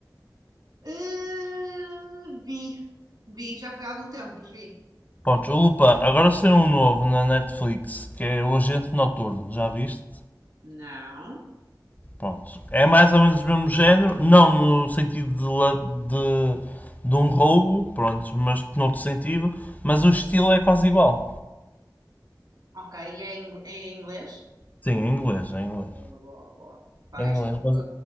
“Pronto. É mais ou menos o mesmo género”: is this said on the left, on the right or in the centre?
Left